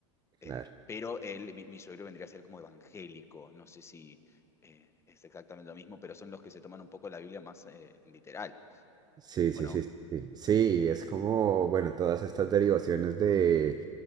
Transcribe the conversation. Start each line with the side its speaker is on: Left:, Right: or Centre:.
Left: Eh,
Right: Claro.
Left: pero él, mi, mi suegro vendría a ser como evangélico. No sé si eh, es exactamente lo mismo, pero son los que se toman un poco la Biblia más eh, literal,
Right: Sí, sí,
Left: ¿o no?
Right: sí, sí. Sí, es como, bueno, todas estas derivaciones de,